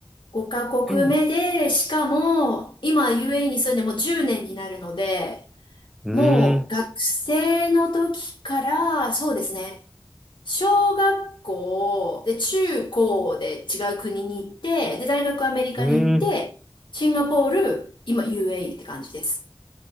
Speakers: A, on the left; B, in the centre.
A: 5カ国目で、
B: う
A: しかも、今 UAE に住んでもう10年になるので、
B: ーん。
A: もう学生の時から、そうですね、小学校、で、中高で違う国に行って、で、大学アメリカに行って、
B: うーん。
A: シンガポール、今 UAE って感じです。